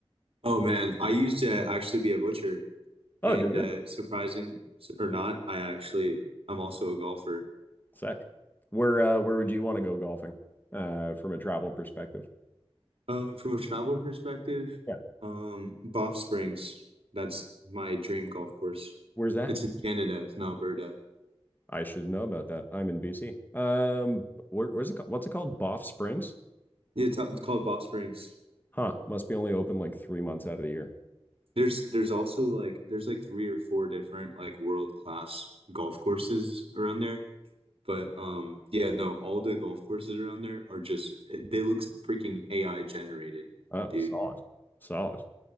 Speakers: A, on the right; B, on the left.
A: Oh, man. I used to actually be a butcher, and
B: Oh, did you?
A: uh, surprising s- or not, I actually, I'm also a golfer.
B: Sick. Where uh, where would you want to go golfing uh, from a travel perspective?
A: Um, from a travel perspective,
B: Yeah.
A: um, Banff Springs, that's my dream golf course.
B: Where's that?
A: It's in Canada, it's in Alberta.
B: I should know about that. I'm in BC. Um, where, where's it? ca- What's it called? Boff Springs?
A: Yeah, It's, it's called Banff Springs.
B: Huh. Must be only open like three months out of the year.
A: There's there's also like there's like three or four different like world class golf courses around there. But um yeah, no, all the golf courses around there are just they look freaking AI generated,
B: Oh,
A: dude.
B: solid, solid.